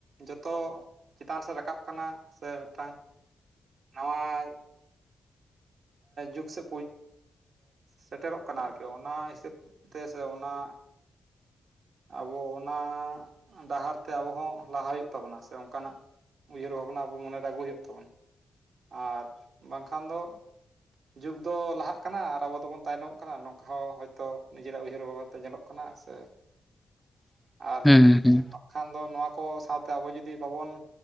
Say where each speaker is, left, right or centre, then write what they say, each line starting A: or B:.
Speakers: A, on the right; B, in the centre.
A: ᱡᱚᱛᱚ ᱪᱮᱛᱟᱱ ᱥᱮᱫ ᱨᱟᱠᱟᱵ ᱠᱟᱱᱟ ᱥᱮ ᱢᱤᱫᱴᱟᱝ ᱱᱟᱣᱟᱣ ᱡᱩᱜᱽ ᱥᱮᱫ ᱥᱮᱴᱮᱨᱚᱜ ᱠᱟᱱᱟ ᱟᱨᱠᱤ ᱚᱱᱟ ᱦᱤᱥᱟᱹᱵ ᱛᱮ ᱥᱮ ᱚᱱᱟ ᱟᱵᱚ ᱚᱱᱟ ᱰᱟᱦᱟᱨ ᱛᱮ ᱟᱵᱚ ᱦᱚᱸ ᱞᱟᱦᱟ ᱦᱩᱭᱩᱜ ᱛᱟᱵᱚᱱᱟ ᱥᱮ ᱚᱱᱠᱟᱱᱟᱜ ᱩᱭᱦᱟᱹᱨ ᱵᱷᱟᱵᱽᱱᱟ ᱟᱵᱚ ᱢᱚᱱᱮᱨᱮ ᱟᱹᱜᱩ ᱦᱩᱭᱩᱜ ᱛᱟᱵᱚ ᱟᱨ ᱵᱟᱝᱠᱷᱟᱱ ᱫᱚ ᱡᱩᱜᱽ ᱫᱚ ᱞᱟᱦᱟᱜ ᱠᱟᱱᱟ ᱟᱨ ᱟᱵᱚ ᱫᱚᱵᱚᱱ ᱛᱟᱭᱱᱚᱢᱚᱜ ᱠᱟᱱᱟ ᱱᱚᱝᱠᱟ ᱦᱚᱸ ᱦᱚᱳᱭᱛᱳ ᱱᱤᱡᱮᱨᱟᱜ ᱩᱭᱦᱟᱹᱨ ᱵᱷᱟᱵᱚᱱ ᱛᱮ ᱧᱮᱞᱚᱜ ᱠᱟᱱᱟ ᱥᱮ
B: <inaudible>
A: ᱟᱨ
B: ᱦᱩᱸ ᱦᱩᱸ
A: ᱠᱷᱟᱱ ᱫᱚ ᱱᱚᱣᱟ ᱠᱚ ᱥᱟᱶᱛᱮ ᱟᱵᱚ ᱡᱩᱫᱤ ᱵᱟᱵᱚᱱ